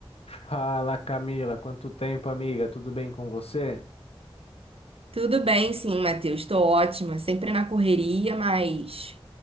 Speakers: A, on the left (about 85°); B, on the right (about 75°).
A: Fala Camila, quanto tempo, amiga? Tudo bem com você?
B: Tudo bem, sim, Matheus. Estou ótima. Sempre na correria, mas,